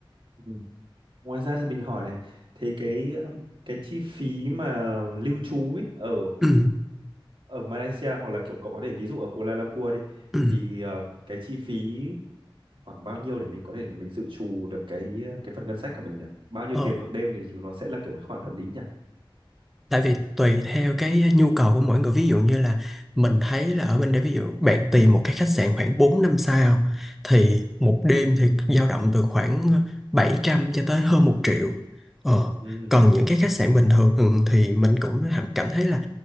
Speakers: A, on the right (about 65°); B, in the centre.
A: ừ. ngoài ra thì mình hỏi này thế cái um, cái chi phí mà lưu trú ấy ở
B: ừ.
A: ở Malaysia hoặc là kiểu cậu có thể ví dụ ở Kuala Lumpur đi
B: Ừ.
A: thì ờ, cái chi phí khoảng bao nhiêu để mình có thể là mình dự trù được cái cái phần ngân sách của mình nhỉ bao nhiêu
B: Ờ.
A: tiền một đêm thì nó sẽ là kiểu cái khoản hợp lý nhỉ
B: tại vì tùy theo cái nhu cầu của mỗi người ví dụ như là mình thấy là ở bên đây ví dụ bạn tìm một cái khách sạn khoảng 4 năm sao thì một
A: ừ.
B: đêm thì dao động từ khoảng 700 cho tới hơn một triệu ờ.
A: Ừ.
B: còn những cái khách sạn bình thường ừ, thì mình cũng hàm- cảm thấy là